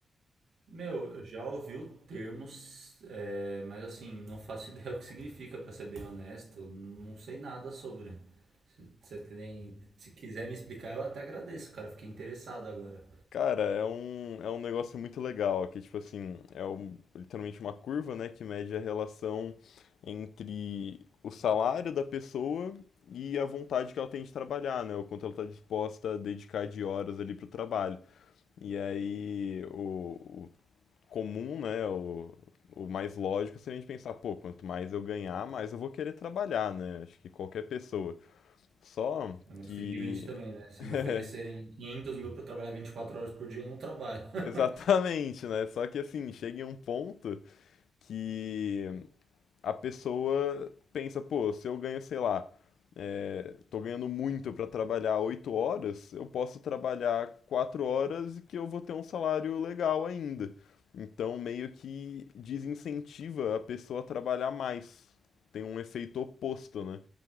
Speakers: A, on the right; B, on the left.
A: Meu, eu já ouvi o termo, é, mas assim, não faço <laughs> ideia o que significa, pra ser bem honesto. Eu não sei nada sobre. Se, você tem, se quiser me explicar, eu até agradeço, cara. Fiquei interessado agora.
B: Cara, é um, é um negócio muito legal, que tipo assim, é um- literalmente uma curva, né, que mede a relação entre o salário da pessoa e a vontade que ela tem de trabalhar, né, o quanto ela está disposta a dedicar de horas ali pro trabalho. E aí o, o comum, né, o, o mais lógico seria a gente pensar, pô, quanto mais eu ganhar, mais eu vou querer trabalhar, né, acho que qualquer pessoa. Só
A: É, mas
B: que
A: tem limite também, né? Se
B: <laughs>
A: me oferecerem 500 mil pra eu trabalhar 24 horas por dia, eu não trabalho. <laughs>
B: Exatamente, né? Só que assim, chega em um ponto que a pessoa pensa, pô, se eu ganho, sei lá, é, tô ganhando muito para trabalhar 8 horas, eu posso trabalhar 4 horas e que eu vou ter um salário legal ainda. Então, meio que desincentiva a pessoa a trabalhar mais. Tem um efeito oposto, né?